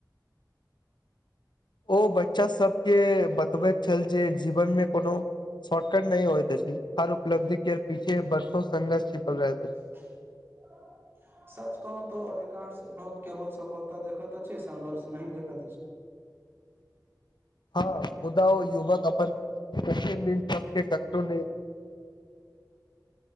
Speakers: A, on the left; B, on the right.
A: ओ बच्चा सबके बतबैत छल जे जीवनमे कोनो शॉर्टकट नहि होइत अछी हर उपलब्धि के पीछे बरषो संघर्ष छीपल रहैत अछी
B: <unintelligible> सच कहू तो अधिकांश बोक केवल सफलता देखत अछि संघर्ष नही देखत अछि
A: हँ मुदा ओ युवक अपन प्रतिम दिन <unintelligible>